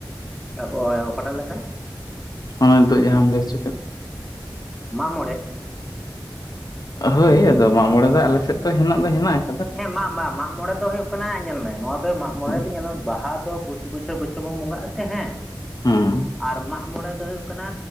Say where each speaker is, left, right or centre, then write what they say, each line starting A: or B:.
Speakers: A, in the centre; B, on the left.
A: <unintelligible> ᱚᱠᱟᱴᱟᱜ ᱞᱮᱠᱟ᱾
B: ᱚᱱᱟ ᱱᱤᱛᱚᱜ ᱡᱟᱸᱦᱟᱸᱢ ᱞᱟᱹᱭ ᱦᱚᱪᱚ ᱠᱮᱫ᱾
A: ᱢᱟᱜ ᱢᱚᱬᱮ
B: ᱦᱳᱭ ᱟᱫᱚ ᱢᱟᱜ ᱢᱚᱬᱮ ᱫᱚ ᱟᱞᱮᱥᱮᱫ ᱫᱚ ᱦᱮᱱᱟᱜ ᱫᱚ ᱦᱮᱱᱟᱜᱼᱟ᱾
A: ᱦᱮᱸ ᱢᱟᱜ ᱢᱟ ᱢᱟᱜ ᱢᱚᱬᱮ ᱫᱚ ᱦᱩᱭᱩᱜ ᱠᱟᱱᱟ᱾ ᱧᱮᱞ ᱢᱮ ᱱᱚᱣᱟ ᱫᱚ ᱢᱟᱜ ᱢᱚᱬᱮ
B: ᱦᱩᱸ
A: ᱫᱚ ᱧᱮᱞ ᱢᱮ ᱵᱟᱦᱟ ᱫᱚ ᱯᱨᱚᱛᱤ ᱵᱚᱪᱷᱚᱨ ᱵᱚᱪᱷᱚᱨ ᱵᱚᱱ ᱵᱚᱸᱜᱟᱜᱼᱟ ᱥᱮ ᱦᱮᱸ
B: ᱦᱩᱸ
A: ᱟᱨ ᱢᱟᱜ ᱢᱚᱬᱮ ᱫᱚ ᱦᱩᱭᱩᱜ ᱠᱟᱱᱟ